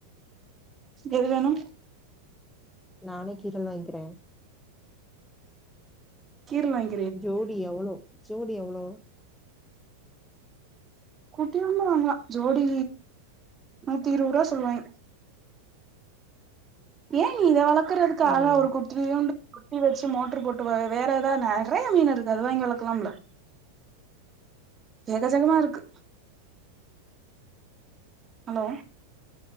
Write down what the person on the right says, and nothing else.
எது வேணு
கீறல் வாங்
குட்டி வேணா வாங்கலா ஜோடி நூத்தி இருவது ரூபா சொல்லுவாய்ங் ஏ நீ இத வளர்க்குறக்கு அழகா
ஒரு கு ட்டியூண்ட்டு ட்டி வச்சு மோட்டரு போட்டு வே வேற ஏதாவ நெறைய மீன் இருக்கு அது வாங்க வளக்கலாமில்ல எக்கச்சக்கமா இருக்கு hello